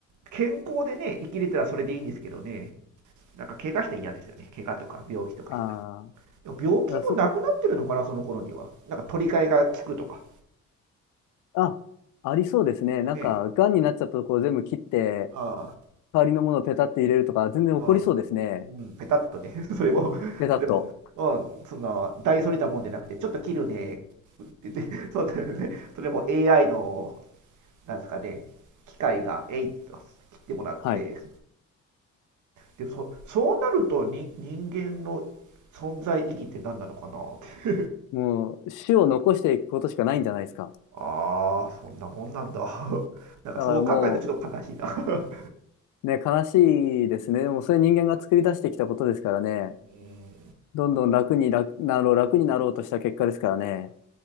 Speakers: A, on the right; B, on the left.
A: 健康でね、生きれたらそれでいいんですけどね、なんか怪我したら嫌ですよね。怪我とか病気とかしたら。
B: ああ、
A: でも病気もなくなってるのかな、
B: だからそこ、
A: その頃には。なんか取り替えが効くとか。
B: あ、ありそうですね。なんか、
A: ね
B: 癌になっちゃったところ全部切って、
A: あ
B: 代わりのものをペタって入れるとか、全然起こりそうですね。
A: あ、ああ、うん、ペタッとね、<laughs> それも、
B: ペタッと。
A: それも、うん、その、大それたもんじゃなくて、ちょっと切るねって言って、そんなね、それも AI の、なんですかね、機械が、えいっと切ってもらって、
B: はい。
A: でそそうなるとに人間の存在意義って何なのかなって
B: もう、種を残していくことしかないんじゃないですか。
A: ああそんなもんなんだ <laughs> なんかそう考えるとちょっと悲しいな
B: だからも
A: <laughs> う
B: う、ね、悲しいですね。でも、それ人間が作り出してきたことですからね。
A: ーん
B: どんどん楽に楽なろう、楽になろうとした結果ですからね。